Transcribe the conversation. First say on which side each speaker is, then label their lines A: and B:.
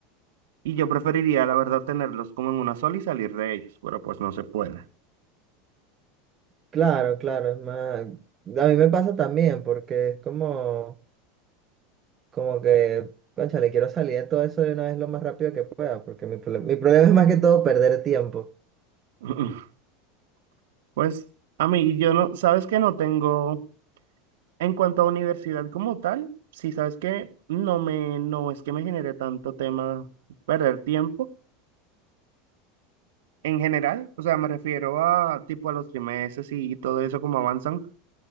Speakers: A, on the right; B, on the right.
A: Y yo preferiría,
B: oh,
A: la verdad, tenerlos como en una sola y salir de ellos, pero pues no se puede.
B: claro, claro, es más, a mí me pasa también, porque es como, como que, cónchale, quiero salir de todo eso de una vez lo más rápido que pueda, porque mi, prole- mi problema es más que todo perder tiempo.
A: <laughs> Pues a mí, yo no, sabes que no tengo, en cuanto a universidad como tal, sí, sabes que no me, no es que me genere tanto tema perder tiempo en general, o sea, me refiero a tipo a los trimestres y, y todo eso como avanzan,